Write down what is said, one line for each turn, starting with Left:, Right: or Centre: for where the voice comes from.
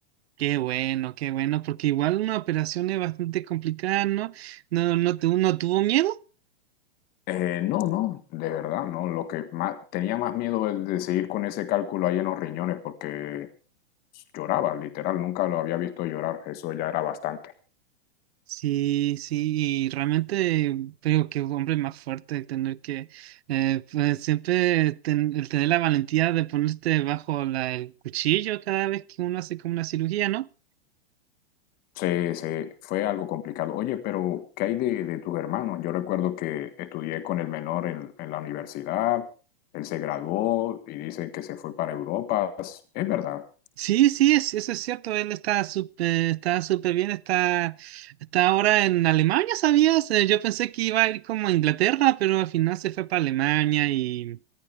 Right: Qué bueno, qué bueno, porque igual una operación es bastante complicada, ¿no? No, no, tu- no tuvo miedo.
Left: Eh, no, no, de verdad, no. Lo que más tenía más miedo es de seguir con ese cálculo ahí en los riñones, porque lloraba, literal, nunca lo había visto llorar, eso ya era bastante.
Right: Sí, sí, y realmente creo que un hombre más fuerte tener que eh, pues siempre ten- el tener la valentía de ponerte bajo la- el cuchillo cada vez que uno hace como una cirugía, ¿no?
Left: Se, se fue algo complicado. Oye, pero ¿qué hay de, de tus hermanos? Yo recuerdo que estudié con el menor en, en la universidad, él se graduó y dice que se fue para Europa. Es verdad.
Right: Sí, sí, es- eso es cierto, él está súper, está súper bien, está, está ahora en Alemania, ¿sabías? Eh, yo pensé que iba a ir como a Inglaterra, pero al final se fue para Alemania y...